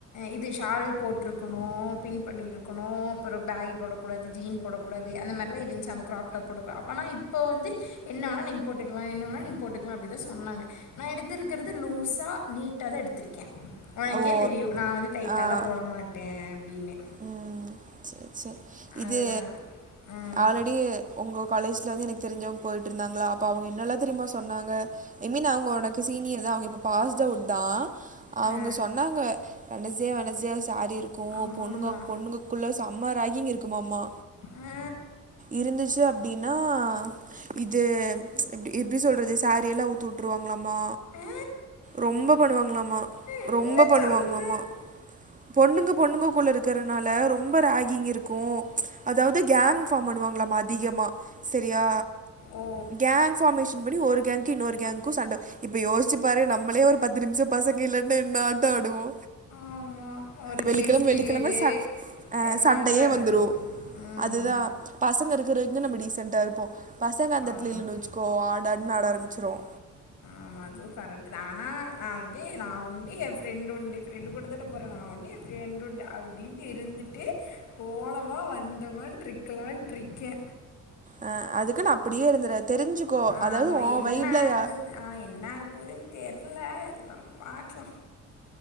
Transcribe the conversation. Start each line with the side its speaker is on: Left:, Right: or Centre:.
Left: இது ஷால் போட்ருக்கணோ பின் பண்ணி இருக்கணோ அப்புறோ பேகி போடக் கூடாது ஜீன் போடக்கூடாது அந்த மாரிலா இருன்ச்சு நம்ம கிராப் டாப் போடக்கூடா ஆனா இப்ப வந்து என்ன வேணா நீங் போட்டுக்கலா என்ன வேணா நீங்க போட்டுக்கலா அப்புடிதா சொன்னாங்க நா எடுத்ருக்கறது லூஸா நீட்டாதா எடுத்திருக்கே உனக்கே
Right: ஓ
Left: தெரியு நா வந்து டைட்டாலா
Right: ஆ
Left: போட மாட்டே அப்டீன்னு
Right: ம் செர் செரி இது
Left: அதனால ம்,
Right: ஆல் லெடி உங்க காலேஜுல வந்து எனக்கு தெரிஞ்சவங்க போய்ட்ருந்தாங்களா அப்போ அவுங்க என்னெல்லா தெரியுமா சொன்னாங்க அய் மீன் அவுங்க உனக்கு சீனியர்தா அவுங்க இப்ப பாஸ்ட் அவுட்தா அவுங்க
Left: ஆ,
Right: சொன்னாங்க Wednesday Wednesday sari இருக்கோ
Left: ஆமா
Right: பொண்ணுங்க பொண்ணுங்கக்குள்ள சம்ம ராகிங் இருக்குமாம்மா
Left: ஆ
Right: இருந்துச்சு அப்டீன்னா இது எப்டி எப்டி சொல்றது சாரி எல்லா அவுத்துவுட்டுருவாங்களாமா
Left: ஆ,
Right: ரொம்ப பண்ணுவாங்ளாமா
Left: என்ன
Right: ரொம்ப பண்ணுவாங்ளாமா
Left: சொல்ற
Right: பொண்ணுங்க பொண்ணுங்ககுள்ள இருக்கிறனால ரொம்ப ராகிங் இருக்கும் அதாவது கேங் இன்ஃபாம் பண்ணுவாங்களாமா அதிகமா செரியா
Left: ஓ
Right: கேங் ஃபாமேஷன் படி ஒரு கேங்க்கு இன்னோரு கேங் கு சண்ட இப்ப யோசிச்சு பாரு நம்மளே ஒரு பத்து நிம்ஷோ பசங்க இல்லன்னா என்ன ஆட்டோ ஆடுவோ
Left: ஆமா ஒரு
Right: வெள்ளிக்கெழம
Left: கேம்ஸ்
Right: வெள்ளிக்கெழம
Left: பீரியடு
Right: ச அ
Left: என்னாட்டம்
Right: சண்டையே
Left: ஆடுவோம்
Right: வந்துரு
Left: ம்
Right: அதுதா பசங்க இருக்குறவரக்குந்தா நம்ப டீசண்டா இருப்போ பசங்க அந்தெடலத்ல
Left: ஆமாம்
Right: இல்லன்னு வெச்சுக்கோ ஆடாடுனு ஆரம்பிச்சிருவோ
Left: ஆமா அது கரட்டுதா ஆனா நா வந்து நா உண்டு ஏ ஃப்ரெண்டுண்டு ஃப்ரெண்டு கூடத்தான போறே நா உண்டு ஃப்ரெண்டுண்டு அப்டீன்ட்டு இருந்துட்டு போனமா வந்தமான்னுட்ரிக்கலான்ட்ருக்கே
Right: அ அதுக்கு நா அப்புடியே இருந்துறாத தெரிஞ்சுக்கோ
Left: ஆமாம்
Right: அதாவது ஊ
Left: என்ன
Right: வைப்ல
Left: ஆகுது
Right: யா
Left: ஆ என்னாக போதுன் தெர்ல இருந்தாலு பாக்லா